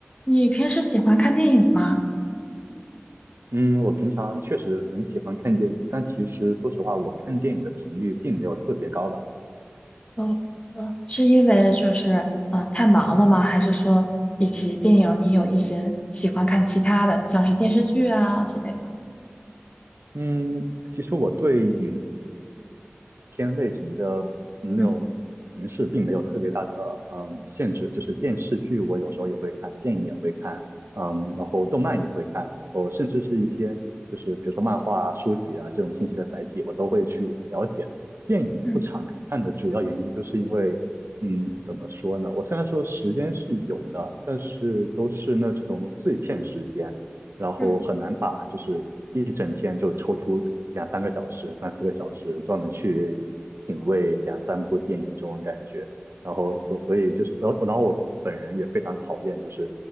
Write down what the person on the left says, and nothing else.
你平时喜欢看电影吗？
呃呃，是因为就是呃太忙了吗？还是说比起电影，你有一些喜欢看其他的，像是电视剧啊之类的？
嗯
嗯
嗯